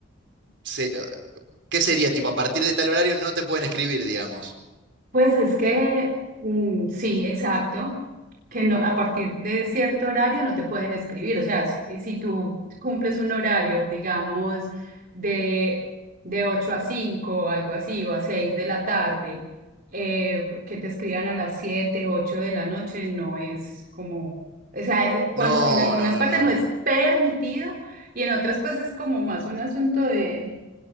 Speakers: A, on the right; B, on the right.
A: se- eh, ¿qué sería? Tipo, a partir de tal horario no te pueden escribir, digamos.
B: Pues es que mm, sí, exacto, que no, a partir de cierto horario no te pueden escribir, o sea, si, si tú cumples un horario, digamos, de, de 8 a 5, algo así, o a 6 de la tarde, eh, que te escriban a las 7, 8 de la noche, no es como, o sea, eh, cuando,
A: No,
B: en algunas
A: no, no,
B: partes
A: no.
B: no es permitido y en otras pues es como más un asunto de,